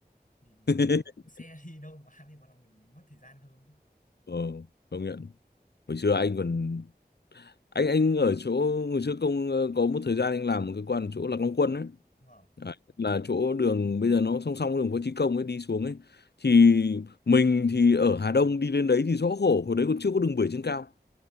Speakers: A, on the left; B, on the left.
A: Vì
B: <laughs>
A: xe <laughs> đi đông quá thì bắt đầu mình mất thời gian hơn.
B: ờ công nhận. Hồi xưa anh còn anh anh ở chỗ hồi xưa công ờ, có một thời gian anh làm một cái quan ở chỗ Lạc Long Quân ấy.
A: Vâng,
B: Đấy, là chỗ đường bây giờ nó song song với đường Võ Chí Công ấy đi xuống ấy thì mình thì ở Hà Đông đi lên đấy thì rõ khổ hồi đấy còn chưa có đường bưởi trên cao